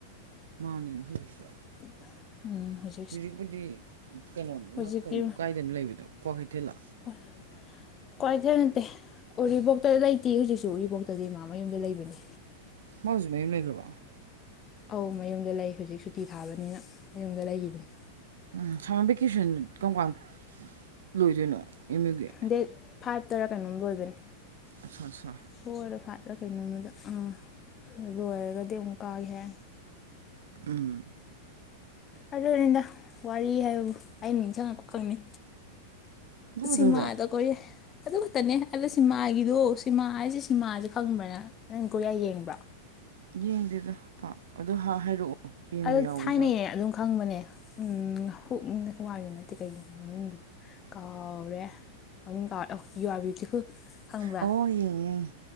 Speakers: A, on the right (about 80°); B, on the left (about 25°).
A: ꯃꯥꯅꯤꯅꯦ ꯍꯧꯖꯤꯛꯁꯨ
B: <inaudible>
A: ꯍꯧꯖꯤꯛꯄꯨꯗꯤ ꯀꯩꯅꯣꯗꯨꯅ
B: ꯍꯧꯖꯤꯛꯇꯤ
A: ꯀꯩꯅꯣ ꯀꯥꯏꯗꯅꯣ ꯂꯩꯕꯗꯣ ꯀ꯭ꯋꯥꯀꯩꯊꯦꯜꯂ
B: <inaudible> ꯀ꯭ꯋꯥꯏꯀꯩꯊꯦꯜ ꯅꯠꯇꯦ ꯎꯔꯤꯕꯣꯛꯇ ꯂꯩꯇꯤꯌꯦ ꯍꯧꯖꯤꯛꯁꯨ ꯎꯔꯤꯕꯣꯛꯇꯗꯤ ꯃꯥ ꯃꯌꯨꯝꯗ ꯂꯩꯕꯅꯤ
A: ꯃꯥ ꯍꯧꯖꯤꯛ ꯃꯌꯨꯝ ꯂꯩꯒ꯭ꯔꯕꯣ
B: ꯑꯧ ꯃꯌꯨꯝꯗ ꯂꯩ ꯍꯧꯖꯤꯛ ꯁꯨꯇꯤ ꯊꯥꯕꯅꯤꯅ ꯃꯌꯨꯝꯗ ꯂꯩꯒꯤꯕꯅꯦ
A: ꯎꯝ ꯁꯝꯃꯔ ꯚꯤꯀꯦꯁꯟ ꯀꯔꯝ ꯀꯥꯟ ꯂꯣꯏꯗꯣꯏꯅꯣ ꯑꯦꯝ ꯌꯨꯒꯤ
B: ꯗꯦꯠ ꯐꯥꯏꯚꯇꯔ ꯀꯩꯅꯣꯝ ꯑꯣꯏꯕꯅꯤ
A: ꯑꯆꯥ ꯑꯆꯥ
B: ꯐꯣꯏꯔ ꯐꯥꯏꯠꯂ ꯀꯩꯅꯣꯃꯗ ꯑꯥ ꯂꯣꯏꯔꯒꯗꯤ ꯑꯃꯨꯛ ꯀꯥꯒꯦ ꯍꯥꯏꯔꯛꯑꯅꯤ
A: ꯎꯝ
B: ꯑꯗꯨꯅꯤꯗ ꯋꯥꯔꯤ ꯍꯥꯏꯕꯕꯨ ꯑꯩꯅ ꯅꯤꯡꯁꯤꯡꯉꯛꯄ ꯈꯥꯛꯅꯤ
A: ꯑꯗꯨ ꯈꯛꯇꯔꯣ
B: ꯁꯤꯃꯥꯗꯣ ꯈꯣꯢꯒꯤ ꯑꯗꯨ ꯈꯛꯇꯅꯦ ꯑꯗꯣ ꯁꯤꯃꯥꯒꯤꯗꯣ ꯁꯤꯃꯥ ꯍꯥꯏꯁꯦ ꯁꯤꯃꯥꯁꯦ ꯈꯪꯕ꯭ꯔ ꯅꯪ ꯀꯣꯔꯤꯌꯥ ꯌꯦꯡꯕ꯭ꯔꯥ
A: ꯌꯦꯡꯗꯦꯗ ꯑꯗꯣ ꯍꯥꯏꯔꯛꯑꯣ ꯌꯦꯡꯕ
B: ꯑ
A: ꯌꯥꯎꯕꯁꯨ
B: ꯊꯥꯏꯅꯩꯌꯦ
A: ꯌꯥꯎꯋꯦ
B: ꯑꯗꯨꯝ ꯈꯪꯕꯅꯦ ꯎ ꯍ ꯍꯋꯥꯏ <unintelligible> ꯅꯠꯇꯦ ꯀꯩꯒꯤ ꯃꯃꯤꯡꯗꯣ ꯀꯥꯎꯔꯦ ꯃꯃꯤꯡ ꯀꯥꯎꯔꯦ ꯌꯨ ꯑꯔ ꯕꯤꯌꯨꯇꯤꯐꯨꯜ ꯈꯪꯕ꯭ꯔꯥ
A: ꯑꯣ ꯌꯦꯡꯉꯦ ꯌꯦꯡꯉꯦ